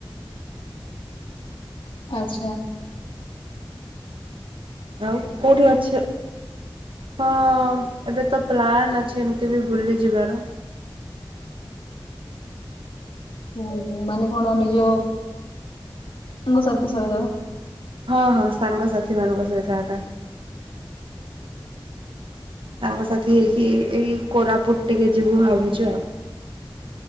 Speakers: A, on the left; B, on the right.
A: ଆଚ୍ଛା।
B: ଆଉ କୋଉଠି ଅଛ? ହଁ। ଏବେ ତ ପ୍ଲାନ୍ ଅଛି ଏମିତି ବି ବୁଲି ଯିବାର।
A: ହୁଁ ମାନେ କଣ ନିଜ ସାଙ୍ଗସାଥି ସହିତ।
B: ହଁ ହଁ ସାଙ୍ଗସାଥିମାନଙ୍କ ସହିତ ଏକା। ସାଙ୍ଗସାଥି ହେଇକି ଏଇ କୋରାପୁଟ ଟିକେ ଯିବୁ ଭାବୁଛୁ ଆଉ।